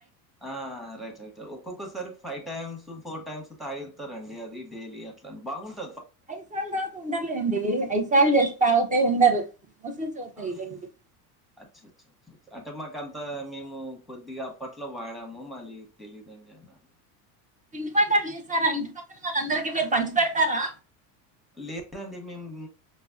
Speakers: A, in the centre; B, on the right.
A: ఆ రైట్ రైట్ ఒక్కొక్కసారి ఫైవ్ టైమ్స్ ఫోర్ టైమ్స్ తాగితారండి అది డైలీ అట్ల బాగుంట
B: ఐదు <unintelligible> ఉండర్లేండి ఐదు సార్లు చేస్తే తాగుతే ఉండరు అవుతాయి
A: <unintelligible>
B: లేండి
A: అంటే మాకంత మేము కొద్దిగా అప్పట్లో వాడాము మళ్ళీ తెలీదండి ఎలా అని
B: పిండి పంటారు లేస్తారా ఇంటి పక్కన వాళ్ళ అందరికీ మీరు పంచి పెడతారా
A: లేదండి మేము